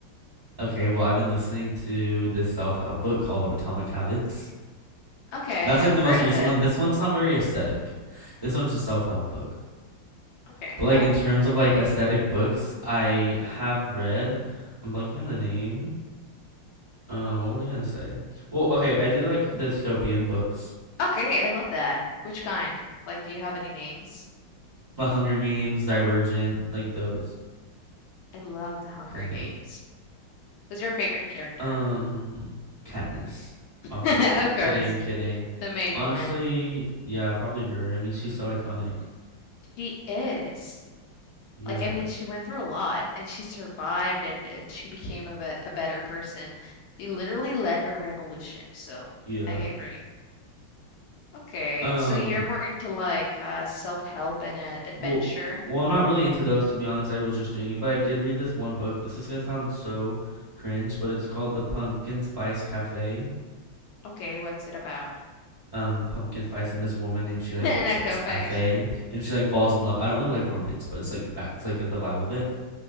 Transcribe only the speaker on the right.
Okay, well I've been listening to this self help book called Atomic Habits.
That's like
the
most
recent
one. This one's not very aesthetic. This one's a self help book.
But like
in terms of like aesthetic books, I have read. I'm blanking on the name. Um, what was I gonna say? Well, okay, I did like dystopian books,
The Hunger Games, Divergent, like those
kind
of.
Um, Katniss,
obviously.
Kidding, kidding.
Honestly,
yeah, probably her. I mean, she's so iconic.
Yeah,
yeah.
Um,
well, well, I'm not really into those to be honest. I was just doing it, but I did read this one book. This is gonna sound so cringe, but it's called The Pumpkin Spice Cafe.
um pumpkin spice and this woman and
she like
works
at this cafe and she like falls in love i don't really like romance but it's like that's like the vibe of it